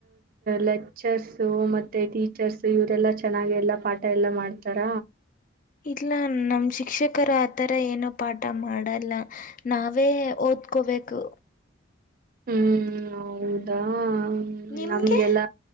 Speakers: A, on the right; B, on the left.
A: ಲೆಕ್ಚರ್ಸ ಮತ್ತೆ ಟೀಚರ್ಸ್ ಇವರೆಲ್ಲ ಚೆನ್ನಾಗಿ ಎಲ್ಲಾ ಪಾಠ ಎಲ್ಲ ಮಾಡ್ತಾರ.
B: ಇಲ್ಲ ನಮ್ ಶಿಕ್ಷಕರು ಆತರ ಏನು ಪಾಠ ಮಾಡಲ್ಲ ನಾವೇ ಓದ್ಕೋಬೇಕು.
A: ಹ್ಮ್ ಹೌದಾ ಹ್ಮ
B: ನಿಮ್ಗೆ
A: ನಮ್ಗೆಲ್ಲ